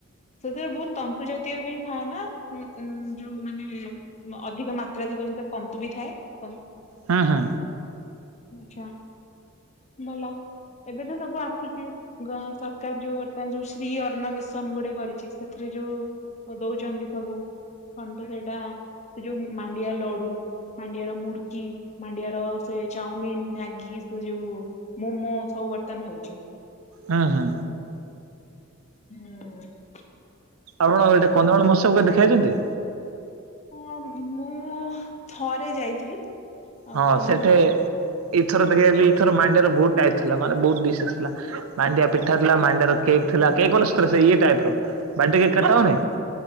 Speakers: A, on the left (about 35°); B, on the right (about 80°).
A: ସେଥିରେ ବହୁତ ତମ୍ପୁ ଜାତୀୟ ବି ଥାଏ ନା। ହୁଁ। ଉଁ ଯୋଉ ମାନେ ଅଧିକ ମାତ୍ରାଧିକ ସେଥୀ ତନ୍ତୁ ବି ଥାଏ।
B: ହୁଁ ହୁଁ।
A: ଆଚ୍ଛା। ଭଲ ଏବେ ତ ସବୁ ଆସୁଛି। ଗ ସରକାର ଯୋଉ ବର୍ତ୍ତମାନ ଯୋଉ ସ ସ୍ତ୍ରୀ ଅର୍ଣ୍ଣ ମିଶନ ଗୋଟେ କରିଛି। ସେଥିରେ ଯୋଉ ଦଉଛନ୍ତି ସବୁ। କନ୍ ତ ସେଇଟା। ସେ ଯୋଉ ମାଣ୍ଡିଆ ଲଡୁ ମାଣ୍ଡିଆର ମୁଡକି ମାଣ୍ଡିଆର ସେ ଚାଉମିିନ୍ ମ୍ୟାଗି। ସେ ଯଉ ମୋମୋ ସବୁ ବର୍ତନ ହଉଛି।
B: ହଁ ହଁ।
A: ହୁଁ।
B: ଆପଣ ଏଟେ କନ୍ଧମାଳ ମହୋତ୍ସବ କେବେ ଦେଖି ଆଇଛନ୍ତି?
A: ହଁ ମୁଁ ଥରେ ଯାଇଥିଲି।
B: ହଁ
A: କନ୍ଧମାଳ
B: ସେଠେ ଏଥର ଦେଖିବା ଯାଇଥିଲି ଏଇଥର ମାଣ୍ଡିଆ ର ବହୁତ ଟାଇପ୍ ଥିଲା। ମାନେ ବହୁତ ଡିସେସ୍ ଥିଲା। ମାଣ୍ଡିଆ ପିଠା ଥିଲା। ମାଣ୍ଡିଆର କେ କ ଥିଲା କେକ୍ ବୋଲେ ଇଏ ଟାଇପ୍ ର ବାଡେ କେକ୍ କଟା ହଉନି।